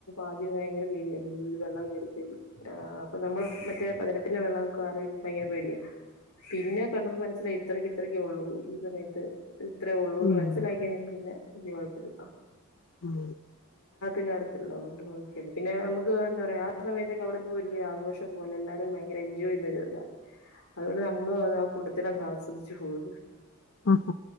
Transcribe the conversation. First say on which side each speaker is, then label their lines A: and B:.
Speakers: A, on the left; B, on the left.
A: ആദ്യം ഭയങ്കര പേടിയായിരുന്നു വെള്ളം കയറിയ അപ്പൊ നമ്മള് മറ്റേ പതിനെട്ട് വെള്ളം ഒക്കെ ആലോയിക്കുമ്പൊ ഭയങ്കര പേടിയാ പിന്നെ കണ്ടപ്പൊ മനസിലായി ഇത്രയ്ക്ക് ഇത്രക്കേ ഉള്ളൂ ഈ സമയത്ത് ഇത്രേ ഉള്ളൂന്ന്
B: ഉം
A: മനസ്സിലാക്കി കഴിഞ്ഞിട്ട് പിന്നെ വല്യ കുഴപ്പല്ല
B: ഉം
A: കയറത്തില്ല അതുകൊണ്ട് കൊഴപ്പല്ല പിന്നെ നമുക്ക് എന്ത പറയാ ആ സമയത്തൊക്കെ അവിടെന്തോ വല്യ ആഘോഷ പോലെ എല്ലാരും ഭയങ്കര എൻജോയ് ചെയ്യുന്ന ഒരു ഇതാ അതുകൊണ്ട് നമ്മളും ആ കൂട്ടത്തിലങ്ങ് ആസ്വദിച്ചു പോകുന്നു
B: ആ